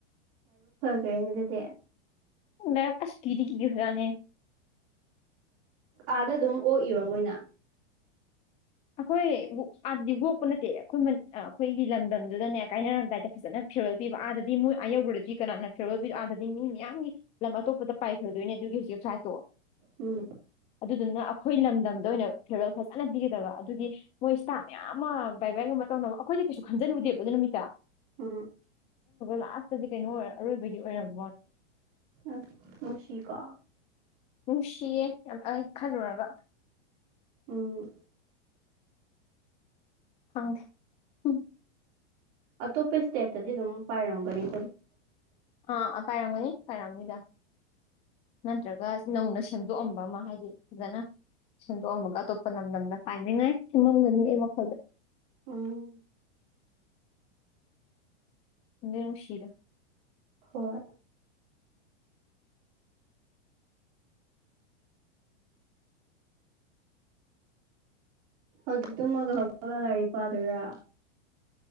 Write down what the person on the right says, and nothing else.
ꯀꯅꯗꯗꯦ
ꯑꯥꯗ ꯑꯗꯨꯝ ꯑꯣꯛꯏꯔꯣ ꯃꯣꯏꯅ
ꯎꯝ
ꯎꯝ
ꯑ ꯁꯁ꯭ꯔꯤ ꯀꯥ
ꯎꯝ
ꯑꯇꯣꯞꯄꯩ ꯏꯁꯇꯦꯠꯇꯗꯤ ꯑꯗꯨꯝ ꯄꯥꯏꯔꯝꯒꯅꯤꯣ
ꯑꯣ
ꯍꯣꯏ ꯍꯧꯖꯤꯛꯇꯛꯇꯃꯒ ꯍꯧꯒꯠꯒ ꯂꯥꯏꯔꯤ ꯄꯥꯗꯣꯏꯔꯥ